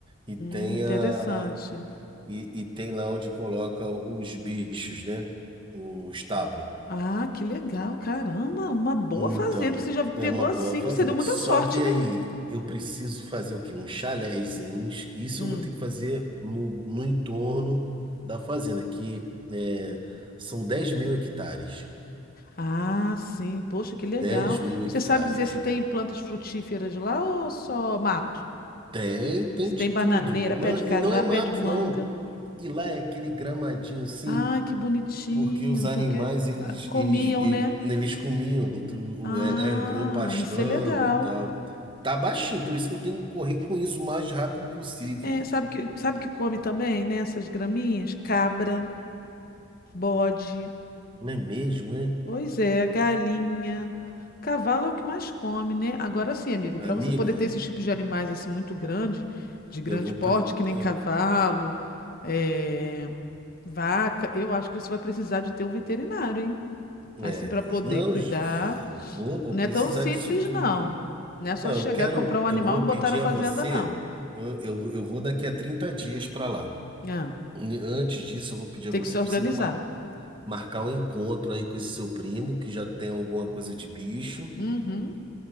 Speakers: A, on the right; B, on the left.
A: E tem
B: Hum, interessante.
A: a, E, e tem lá onde coloca os bichos, né? O estábulo.
B: Ah, que legal, caramba, uma boa
A: Então,
B: fazenda. Você já pegou
A: é uma boa
B: assim,
A: fazenda.
B: você deu muita
A: Só
B: sorte,
A: que
B: né?
A: aí eu preciso fazer o quê? Uns chalézinhos. Isso
B: Hum.
A: eu vou ter que fazer no, no entorno da fazenda, que é, são 10 mil hectares.
B: Ah, sim, poxa, que legal.
A: dez mil hectares.
B: Você sabe dizer se tem plantas frutíferas lá ou só mato?
A: Tem, tem
B: Se
A: de
B: tem
A: tudo.
B: bananeira,
A: Não-
B: pé de
A: e
B: cajá,
A: não é mato,
B: pé de manga.
A: não. E lá é aquele gramadinho assim
B: Ah, que bonitinho,
A: Porque os animais,
B: porque
A: eles,
B: ah, comiam,
A: eles, ele-
B: né?
A: eles, comiam, tu-
B: Ah,
A: o- é, vinham pastando
B: isso é legal.
A: e tal. Tá baixinho, por isso que eu tenho que correr com isso o mais rápido possível.
B: É, sabe que, sabe que come também, né? Essas graminhas? Cabra, bode.
A: Não é mesmo, né?
B: Pois é, galinha. Cavalo é o que mais come, né? Agora sim, amigo,
A: Amiga,
B: para você poder ter esses tipos de animais assim muito grande, de grande
A: eu vou...
B: porte,
A: pre-
B: que nem
A: Eu,
B: cavalo, eh, vaca, eu acho que você vai precisar de ter um veterinário, hein?
A: é,
B: Assim, para poder
A: não,
B: cuidar.
A: j- vou, vou
B: Não
A: precisar
B: é tão simples,
A: disso tudo.
B: não. Não é só
A: Não,
B: chegar,
A: eu quero...
B: comprar o animal
A: Eu vou
B: e botar
A: pedir
B: na fazenda,
A: a você...
B: não.
A: Eu, eu, eu vou daqui a 30 dias para lá.
B: Não.
A: Antes disso, eu vou pedir
B: Tem
A: a você
B: que se organizar.
A: para você... marcar um encontro aí com esse seu primo que já tem alguma coisa de bicho.
B: Uhum.